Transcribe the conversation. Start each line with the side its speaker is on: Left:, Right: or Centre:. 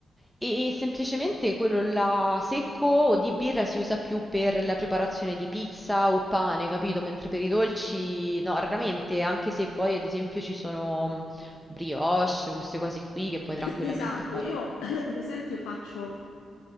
Centre: E semplicemente quello là secco o di birra si usa più per la preparazione di pizza o pane, capito? Mentre per i dolci, no, raramente, anche se poi ad esempio ci sono... mhmm, brioche, queste cose qui che puoi tranquillamente
Left: <coughs> Esatto,
Centre: fare.
Left: io <clears throat> per esempio faccio